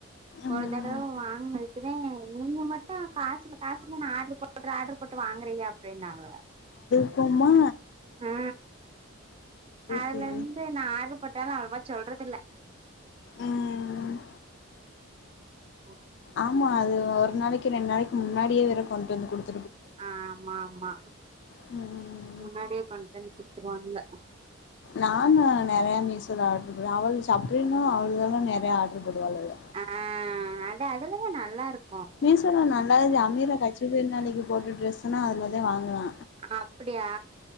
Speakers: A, on the left; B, on the right.
A: ம்
B: ஒரு தடவ வாங்கினதுக்குதே நீங்க மட் கா காசுல காசுலனு ஆர்டரு போட்டு ஆர்டரு போட்டு வாங்குறியா அப்படின்னாங்க
A: போமா
B: ஆ அதுல
A: சேரி
B: இருந்து நா ஆடர்ப்பேட்டாலு அவ்வளவா சொல்றது இல்ல
A: ம்
B: ஓ
A: ஆமா அது ஒரு நாளைக்கு ரெண்டு நாளைக்கு முன்னாடியே வேற கொண்டு வந்து கொடுத்
B: ஆமா ஆமா
A: ம்
B: முண்ணாடியே கொண்டுவந்து குடுத்துருவாங்க
A: நானு நெறைய மீசோல ஆடாரு அவள் சப்பரின்னு அவள்களு நேரையா ஆர்டரு பேடுவளுக
B: ஆ அது அதுத நல்லா இருக்கு
A: மீசோல நல்லாருக்கு அமீரை கச்சி பனாளிக்கு போட்ட டிரெஸ்செல்லா அதுலதா வாங்குனா
B: ஆன அப்படியா